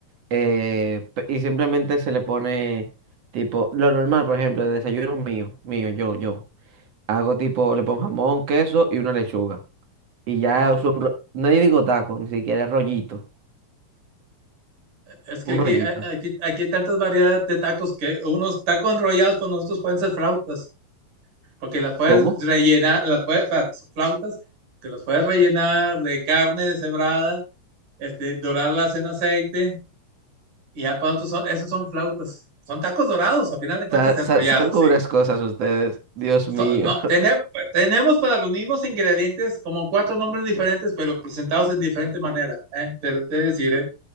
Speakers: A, on the right; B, on the right.
A: Eh, pe- y simplemente se le pone tipo, lo normal, por ejemplo, de desayuno mío, mío, yo, yo. Hago tipo, le pongo jamón, queso y una lechuga. Y ya
B: ok.
A: uso un, ro- no digo taco, ni siquiera rollito,
B: Es que
A: un
B: aquí,
A: rollito.
B: a- aquí, aquí hay tantas variedades de tacos que unos tacos enrollados para nosotros pueden ser flautas, porque las puedes
A: ¿Cómo?
B: rellenar, las puedes, o sea, son flautas, que las puedes rellenar de carne deshebrada, este, dorarlas en aceite Y ya para nosotros son, esos son flautas. Son tacos dorados, a final de cuentas
A: Sa-
B: enrollados,
A: sa- Saben con
B: sí.
A: unas cosas ustedes, Dios
B: So-
A: mío.
B: no,
A: <laughs>
B: tene- tenemos para los mismos ingredientes como cuatro nombres diferentes, pero presentados en diferente manera, ¿eh? Te lo te decir, ¿eh?